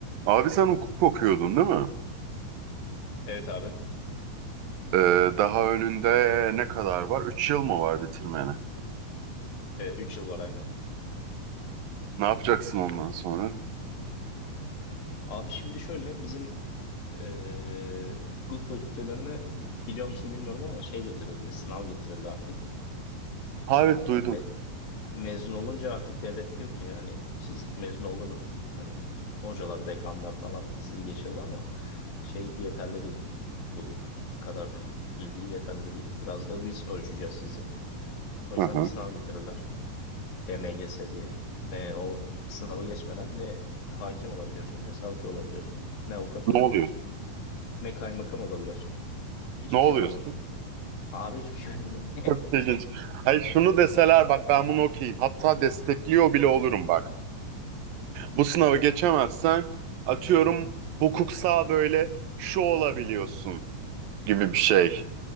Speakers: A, on the right; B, on the left.
A: Abi sen hukuk okuyordun değil mi?
B: Evet abi.
A: Ee, daha önünde ne kadar var? 3 yıl mı var bitirmeni?
B: E, üç yıl var aynı.
A: Ne yapacaksın ondan sonra?
B: Abi şimdi şöyle bizim e, hukuk fakültelerine biliyor musun bilmiyorum ama şey getirildi. Sınav getirildi artık.
A: Ha
B: E,
A: evet duydum.
B: me- mezun olunca artık devlet diyor ki hani siz mezun oldunuz. Hani hocalar, dekanlar falan sizi geçirdi ama şey yeterli değil. Bu kadar bilgi yeterli değil. Biraz da biz ölçeceğiz sizi. O yüzden
A: Hı hı.
B: bir sınav getirirler. EMGS diye. E, o sınavı geçmeden ne hakim olabiliyorsun, ne savcı olabiliyorsun, ne avukat
A: Ne
B: olabiliyorsun,
A: oluyor?
B: ne kaymakam olabiliyorsun. Hiçbir
A: Ne oluyorsun?
B: şey olamıyorsun. Abi hiçbir şey olamıyor.
A: Çok İlginç. Hayır şunu
B: <laughs>
A: deseler bak ben bunu okuyayım. Hatta destekliyor bile olurum bak. Bu sınavı geçemezsen atıyorum hukuksal böyle şu olabiliyorsun gibi bir şey.